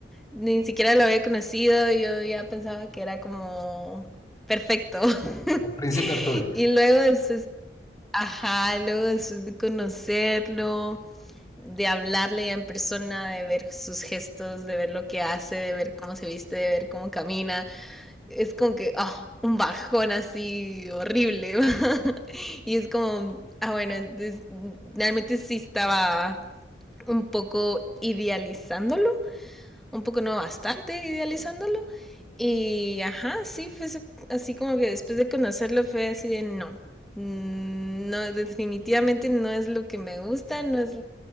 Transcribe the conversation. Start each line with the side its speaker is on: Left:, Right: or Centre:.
Centre: ni siquiera lo había conocido, yo ya pensaba que era como perfecto. <laughs>
Left: El Príncipe Azul.
Centre: y luego después, ajá, luego después de conocerlo, de hablarle ya en persona, de ver sus gestos, de ver lo que hace, de ver cómo se viste, de ver cómo camina, es como que, ah, un bajón así horrible. <laughs> y es como, ah, bueno, es- es- realmente sí estaba un poco idealizándolo, un poco no bastante idealizándolo. Y, ajá, sí, fue así como que después de conocerlo fue así de no. mm, No, definitivamente no es lo que me gusta, no es